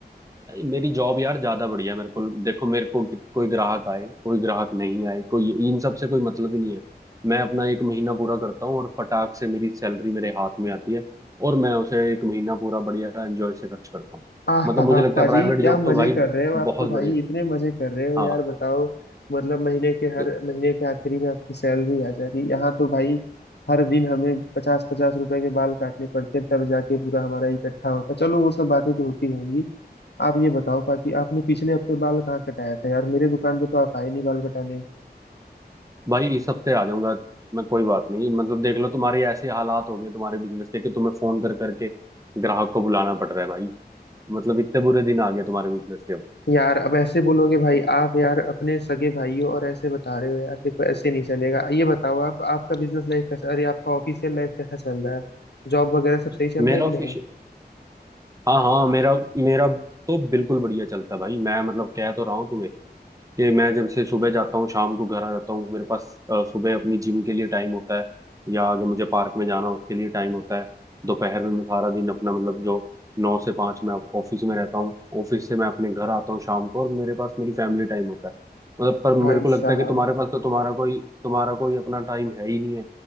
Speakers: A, on the right; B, on the left.
A: मेरी जॉब यार ज्यादा बढ़िया है मेरे को देखो मेरे को कि- कोई ग्राहक आए कोई ग्राहक नहीं आए कोई इन सब से कोई मतलब ही नहीं है मैं अपना एक महीना पूरा करता हूँ और फटाक से मेरी सैलरी मेरे हाथ में आती है और मैं उसे एक महीना पूरा बढ़िया एंजॉय से खर्च करता हूँ
B: आह
A: मतलब
B: हा
A: मुझे
B: हा,
A: लगता
B: पाजी
A: है प्राइवेट
B: क्या
A: जॉब
B: मजे
A: तो भाई
B: कर रहे हो आप
A: बहुत
B: तो भाई
A: बढ़िया
B: इतने मजे कर रहे हो
A: हाँ
B: यार बताओ मतलब महीने के हर
A: तो
B: महीने के आखिरी में आपकी सैलरी आ जाती है यहाँ तो भाई हर दिन हमें पचास पचास रुपए के बाल काटने पड़ते हैं तब जाके पूरा हमारा इकट्ठा होता है। चलो वो सब बातें तो होती रहेंगी आप ये बताओ पाजी आपने पिछले हफ्ते बाल कहाँ कटाया था यार मेरे दुकान पे तो आप आए नहीं बाल कटाने
A: भाई इस हफ्ते आ जाऊंगा मैं कोई बात नहीं मतलब देख लो तुम्हारे ऐसे हालात हो गए तुम्हारे बिजनेस के कि तुम्हें फोन कर करके ग्राहक को बुलाना पड़ रहा है भाई मतलब इतने बुरे दिन आ गए तुम्हारे बिजनेस के अब
B: यार अब ऐसे बोलोगे भाई आप यार अपने सगे भाई हो और ऐसे बता रहे हो यार देखो ऐसे नहीं चलेगा ये बताओ आप आपका बिजनेस लाइफ कैसा अरे आपका ऑफिशियल लाइफ कैसा चल रहा है जॉब वगैरह सब सही चल रहा
A: मेरा
B: है कि नहीं
A: फिश हाँ हाँ मेरा मेरा तो बिल्कुल बढ़िया चलता है भाई मैं मतलब कह तो रहा हूँ तुम्हें कि मैं जब से सुबह जाता हूँ शाम को घर आ जाता हूँ मेरे पास अ, सुबह अपनी जिम के लिए टाइम होता है या अगर मुझे पार्क में जाना हो, उसके लिए टाइम होता है दोपहर में मैं सारा दिन अपना मतलब जो नौ से पाँच मैं ऑफिस में रहता हूँ ऑफिस से मैं अपने घर आता हूँ शाम को और मेरे पास मेरी फैमिली टाइम होता है मतलब पर मेरे
B: भाई
A: को लगता
B: साहब
A: है कि तुम्हारे पास तो तुम्हारा कोई तुम्हारा कोई अपना टाइम है ही नहीं है